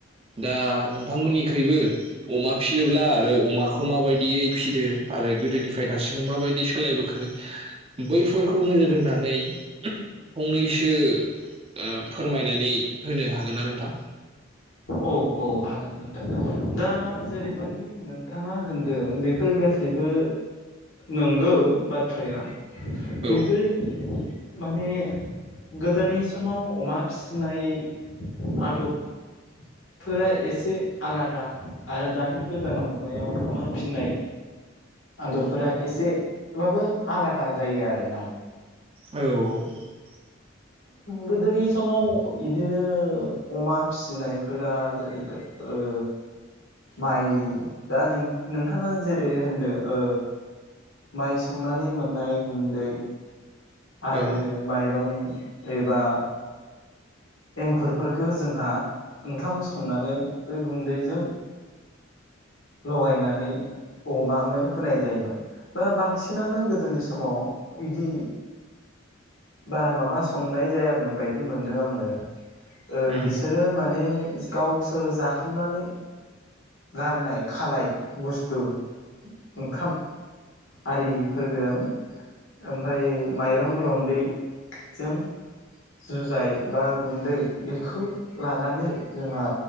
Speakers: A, on the right; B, on the left.
A: दा नोंथांमोननिखैबो अमा फिसियोब्ला आरो अमाखौ माबायदियै फिदो आरो गोदोनिफ्राय दासिमाव माबायदि सोलायबोखो बैफोरखौ नोजोर होनानै फंनैसो ओ फोरमायनानै होनो हागोन ना नोंथां?
B: औ औ हागोन नोंथां दा जेरै बायदि नोंथाङा होनदों बेफोर गासैबो नंगौ बाथ्राया बेफोर।
A: औ
B: माने गोदोनि समाव अमा फिसिनाय आदब फोर एसे आलादा आरो दानि गोदान मुगायाव अमा फिसिनाय आदबफोरा एसेबाबो आलादा जायो आरोना।
A: औ
B: गोदोनि समाव बिदिनो अमा फिसिनायफोरा जाहैबाय ओ माइ दा नों नोंथाङा जेरै होनदों माइ सौनानै मोननाय गुन्दै आरो
A: औ
B: माइरं एबा एंखुरफोरखौ जोंहा ओंखाम संनानै बे गुन्दैजों लगायनानै अमानो होनाय जायोमोन बा बांसिनानो गोदोनि समाव इदि बारा माबा संनाय जायामोन बायदि मोनदों आङो। ओ
A: उम
B: बिसोरो माने गावसोर जाखांनानै गारनाय खालाय बस्थु ओंखाम आरिफोरजों ओमफ्राय माइरं रन्दैजों जुजाइ बा गुन्दै बेखौ लानानै जोंहा